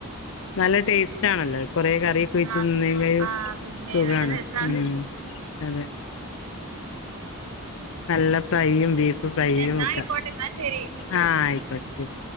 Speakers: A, on the left; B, on the right.
A: നല്ല ടേസ്റ്റ് ആണല്ലോ കൊറേ കറിയക്കെ ഒഴച്ച്
B: ന്ന
A: തിന്നുമ്പോ ഒരു
B: ആഹ് പിന്നെ
A: സുഖമാണ്
B: നല്ല രസാണ്
A: ഉമ് അതെ. നല്ല ഫ്രൈയും ബീഫ് ഫ്രൈയും
B: ന്ന ന്നാ
A: ഒക്കെ
B: ആയിക്കോട്ടെ ന്നാ ശരി
A: ആഹ് ആയിക്കോട്ടെ ശരി.